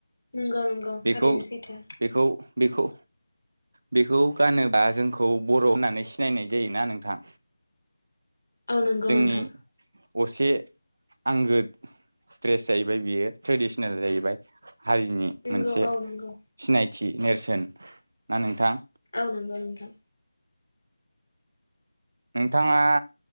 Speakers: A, on the left; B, on the right.
A: नंगौ नंगौ
B: बेखौ
A: थारैनो सैथो
B: बेखौ बेखौ
A: <inaudible>
B: बेखौ गानोबा जोंखौ बर' होननानै सिनायनाय जायोना नोंथां।
A: औ नंगौ
B: जोंनि
A: नोंथां
B: असे आंगो द्रेस जाहैबाय बियो ट्रेडिसनेल जाहैबाय हारिनि
A: नंगौ
B: मोनसे
A: औ नंगौ
B: सिनायथि नेरसोन ना नोंथां।
A: औ नंगौ नोंथां।
B: नोंथाङा।